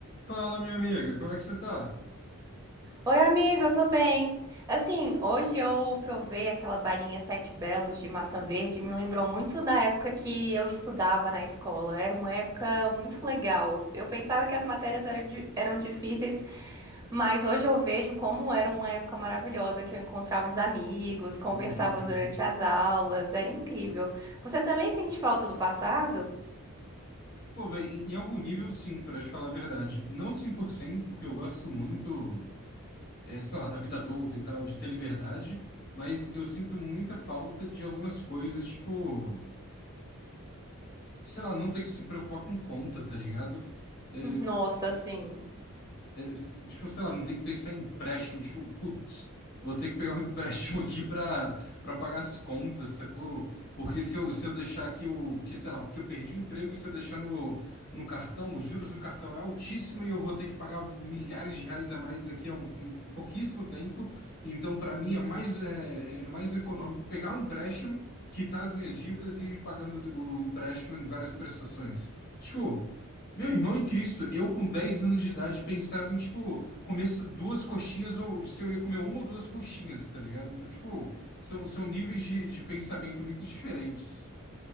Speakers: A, on the left; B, on the right.
A: Fala, minha amiga, como é que você tá?
B: Oi, amigo, eu tô bem. Assim, hoje eu provei aquela balinha Sete Belos de maçã verde, me lembrou muito da época que eu estudava na escola. Era uma época muito legal. Eu pensava que as matérias eram, di- eram difíceis, mas hoje eu vejo como era uma época maravilhosa, que eu encontrava os amigos, conversava
A: <laughs>
B: durante as aulas, era incrível. Você também sente falta do passado?
A: Pô, velho, em em algum nível sim, pra te falar a verdade. Não 100%, porque eu gosto muito, é, sei lá, da vida adulta e tal, de ter liberdade, mas eu sinto muita falta de algumas coisas, tipo, sei lá, não ter que se preocupar com conta, tá ligado? Eh,
B: <laughs> Nossa, sim.
A: É, tipo, sei lá, não tem que pensar em empréstimo. Tipo, putz, vou ter que pegar um <laughs> empréstimo aqui pra, pra pagar as contas, sacou? Porque se eu, se eu deixar aqui o. Porque, sei lá, porque eu perdi o emprego, se eu deixar no, no cartão, os juros do cartão é altíssimo e eu vou ter que pagar milhares de reais a mais daqui a um, um pouquíssimo tempo. Então, para mim, é mais, é, é é mais econômico pegar o empréstimo, quitar as minhas dívidas e ir pagando o empréstimo em várias prestações. Tipo. Meu irmão em Cristo, eu com 10 anos de idade pensava em, tipo, comer s- duas coxinhas, ou se eu ia comer uma ou duas coxinhas, tá ligado? Então, tipo, são, são níveis de, de pensamento muito diferentes.